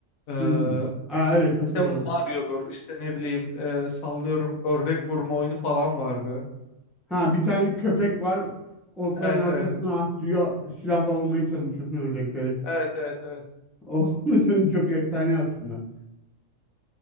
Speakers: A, on the left (about 80°); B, in the centre.
A: Ee,
B: Hmm. Aa, evet hatırladım.
A: işte Mario'dur işte ne bileyim e, sallıyorum ördek vurma oyunu falan vardı.
B: Ha bir tane köpek var. Otların
A: Evet
B: arkasına
A: evet.
B: atlıyor. Silahla vurmaya çalışıyorsun ördekleri.
A: Evet evet evet.
B: O <laughs> oyun çok efsane aslında.